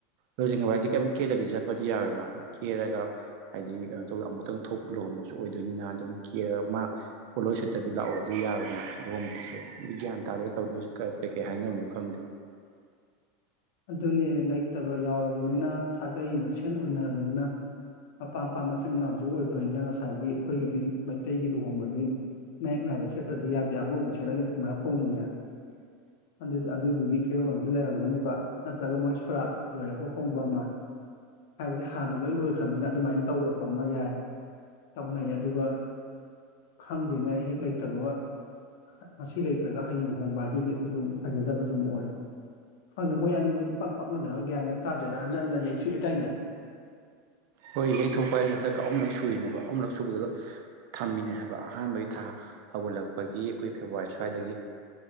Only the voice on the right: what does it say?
ꯂꯣꯏꯁꯤꯤꯡꯈ꯭ꯔꯕ ꯍꯥꯏꯁꯦ ꯀꯔꯤꯝꯛ ꯀꯦꯗꯕꯤ ꯆꯠꯦ ꯄꯗꯤ ꯌꯥꯔꯣꯏꯅ ꯀꯦꯔꯒ ꯍꯥꯏꯗꯤ ꯀꯩꯅꯣ ꯇꯧꯗ ꯑꯃꯨꯛꯇꯪ ꯊꯣꯛꯄ ꯂꯨꯍꯣꯡꯕꯁꯨ ꯑꯣꯏꯗꯣꯏꯅꯤꯅ ꯑꯗꯨꯝ ꯀꯦꯔꯒ ꯃꯥ ꯄꯣꯠꯂꯣꯏ ꯁꯠꯇꯕꯤ ꯂꯥꯛꯑꯣꯗꯤ ꯌꯥꯔꯣꯏꯅ ꯂꯨꯍꯣꯡꯕꯁꯨꯦ ꯒ꯭ꯌꯥꯟ ꯇꯥꯗꯦ ꯇꯧꯗꯣꯏ ꯀꯩꯀꯩ ꯍꯥꯏꯅꯕꯅꯣ ꯈꯪꯗꯦ
ꯍꯣꯏ ꯌꯩꯊꯣꯛꯄ ꯑꯩꯁꯦ ꯍꯟꯗꯛꯀ ꯑꯍꯨꯝꯂꯛ ꯁꯨꯔꯤꯅꯦꯕ ꯑꯍꯨꯝꯂꯛ ꯁꯨꯕꯗꯨꯗ ꯊꯝꯃꯤꯅꯦ ꯍꯥꯏꯕ ꯑꯍꯥꯟꯕꯒꯤ ꯊꯥ ꯍꯧꯒꯠꯂꯛꯄꯒꯤ ꯑꯩꯈꯣꯏ ꯐꯦꯕꯋꯥꯔꯤ ꯁ꯭ꯋꯥꯏꯗꯒꯤ